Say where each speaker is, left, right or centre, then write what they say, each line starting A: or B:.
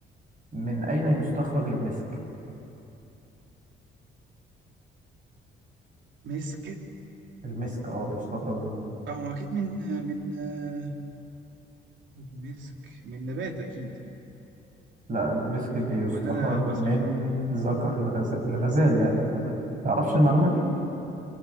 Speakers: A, on the right; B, on the right.
A: من أين يستخرج المسك؟
B: مسك
A: المسك أه بيستخرج من
B: اه هو اكيد من من آه، من مسك من نبات اكيد
A: لا المسك بيستخرج
B: ولا انا بسرح
A: من ذكر الغزال الغزال يعني الغزال متعرفش المعلومة دي؟